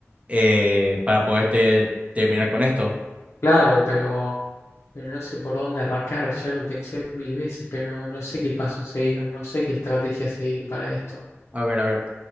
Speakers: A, on the right (about 25°); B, on the left (about 65°).
A: eh, para poderte terminar con esto.
B: Claro, pero, pero no sé por dónde arrancar, ya lo pensé mil veces, pero no, no sé qué paso seguir, no sé qué estrategia seguir para esto.
A: A ver, a ver.